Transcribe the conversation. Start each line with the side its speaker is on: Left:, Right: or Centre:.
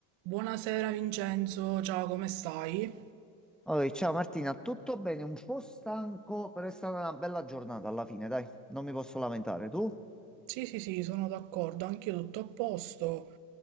Right: Buonasera Vincenzo, ciao, come stai?
Centre: Oi, ciao Martina, tutto bene? Un po' stanco, però è stata una bella giornata alla fine, dai, non mi posso lamentare. Tu?
Right: Sì, sì, sì, sono d'accordo, anch'io tutto a posto.